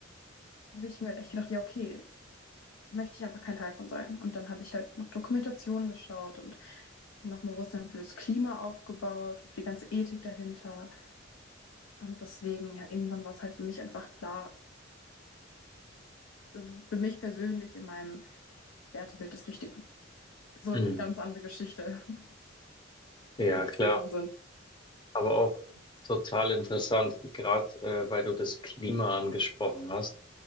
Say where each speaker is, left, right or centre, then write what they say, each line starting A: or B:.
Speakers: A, on the left; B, on the left.
A: habe ich mir halt echt gedacht, ja, okay, möchte ich einfach kein Teil von sein. Und dann habe ich halt noch Dokumentationen geschaut und noch ein Bewusstsein fürs Klima aufgebaut, für die ganze Ethik dahinter. Und deswegen, ja, irgendwann war es halt für mich einfach klar, das ist für mich persönlich in meinem Wertebild das Richtige. So eine
B: Mhm.
A: ganz andere Geschichte, <laughs> wie
B: Ja,
A: wir dazu
B: klar.
A: gekommen sind.
B: Aber auch total interessant, gerade äh, weil du das Klima angesprochen hast.